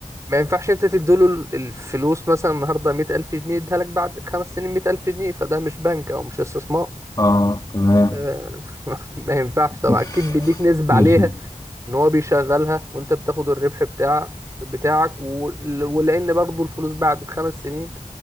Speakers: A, on the right; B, on the left.
A: ما ينفعش انت تديله ال- الفلوس مثلا النهاردة مية ألف جنيه يديها لك بعد خمس سنين مية ألف جنيه فده مش بنك أو مش استثمار
B: اه تمام
A: آه، <laughs> ما ينفعش
B: <laughs>
A: طبعا أكيد بيديك نسبة عليها إن هو بيشغلها وأنت بتاخد الربح بتاع بتاعك ول- ولأن برضه الفلوس بعد خمس سنين